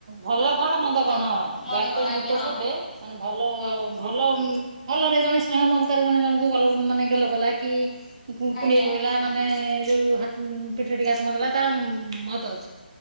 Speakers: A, on the right; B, on the left.
A: ଭଲ କଣ, ମନ୍ଦ
B: ଚ
A: କଣ,
B: ମନ୍ଦ
A: ବ୍ୟାଟ
B: କଣ
A: ଟଚ୍ ଗୁଡ
B: ଆଜ୍ଞା
A: ଟଚ୍
B: ହଁ
A: ଗୋଟେ ମାନେ ଭଲ ଭଲ ଭଲରେ ଜଣେ ସ୍ନେହ ମମତାରେ ଜଣେ ଜଣଙ୍କୁ ଗେଲ ମାନେ ଗେଲ କଲା କି କୁଣ୍ଡେଇ
B: ଆଜ୍ଞା
A: ପକେଇଲା ମାନେ ଯୋଉ ପିଠୀ ଟିକେ ହାତ ମାରିଦେଲା ତା ମହତ ଅଛି।